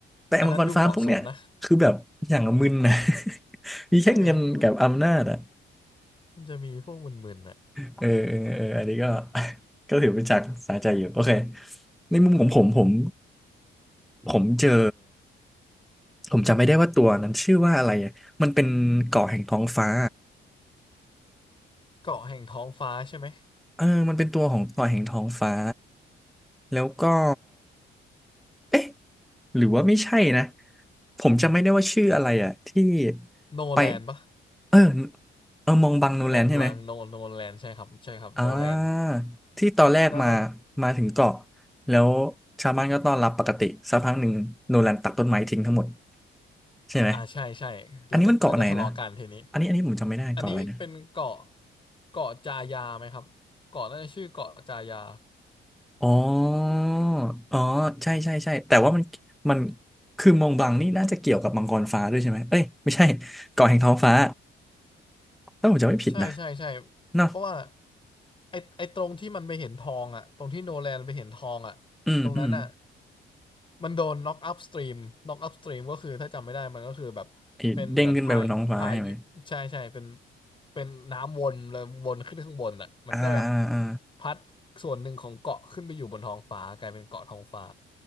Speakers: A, in the centre; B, on the left (about 25°).
A: แต่มังกรฟ้าพวกเนี้ยคือแบบอย่างละมึนนะ
B: อันนั้นดูเหมาะสมนะ
A: <laughs> มีแค่เงินกับอำนาจอ่ะ
B: ใช่ไหมมันมันจะมีพวกมึนๆน่ะ
A: เออเออเอออันนี้ก็ <laughs> ก็ถือเป็นฉากสาใจอยู่โอเคในมุมของผมผมผมเจอผมจำไม่ได้ว่าตัวนั้นชื่อว่าอะไรอะมันเป็นเกาะแห่งท้องฟ้า
B: เกาะแห่งท้องฟ้าใช่ไหม
A: เออมันเป็นตัวของเกาะแห่งท้องฟ้าแล้วก็เอ๊ะ หรือว่าไม่ใช่นะผมจำไม่ได้ว่าชื่ออะไรอ่ะที่
B: โนแลนปะ
A: ไปเออเออมองบังโนแลนใช่ไหม
B: มองบลังโนโนแลนใช่ครับใช่ครับโนแลน
A: อ่าที่ตอนแรกมา
B: นั่นนั่น
A: มาถึงเกาะแล้วชาวบ้านก็ต้อนรับปกติสักพักหนึ่งโนแลนตัดต้นไม้ทิ้งทั้งหมดใช่ไหม
B: อ่าใช่ใช่แล้วก็แล้วก็ทะเลาะกันทีนี้
A: อันนี้มันเกาะไหนนะอันนี้อันนี้ผมจำไม่ได้เกาะอะไรนะ
B: อันนี้เป็นเกาะเกาะจายาไหมครับเกาะน่าจะชื่อเกาะจายา
A: อ๋ออ๋อใช่ใช่ใช่แต่ว่ามันมันคือมองบลังนี่น่าจะเกี่ยวกับมังกรฟ้าด้วยใช่ไหมเอ้ยไม่ใช่เกาะแห่งท้องฟ้าถ้าผมจำไม่ผิดนะ
B: ใช่ใช่ใช่
A: เนาะ
B: เพราะว่าไอไอตรงที่มันไปเห็นทองอ่ะตรงที่โนแลนไปเห็นทองอ่ะตรงนั้นอ่ะ
A: อืมอืม
B: มันโดน knock up stream knock up stream ก็คือถ้าจำไม่ได้มันก็คือแบบเป็นเหมือนพายพาย
A: ไอ้เด้งขึ้นไปบนท้องฟ้าใช่ไหม
B: ใช่ใช่เป็นเป็นน้ำวนแล้ววนขึ้นข้างบนอ่ะมันก็แบบ
A: อ่าอ่าอ่า
B: พัดส่วนหนึ่งของเกาะขึ้นไปอยู่บนท้องฟ้ากลายเป็นเกาะท้องฟ้า